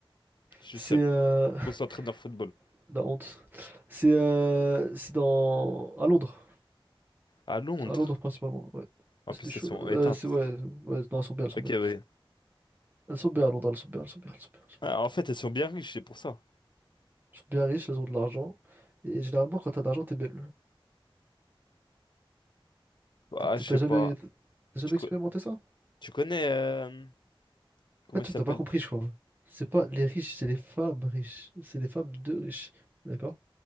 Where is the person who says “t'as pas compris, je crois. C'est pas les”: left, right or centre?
Right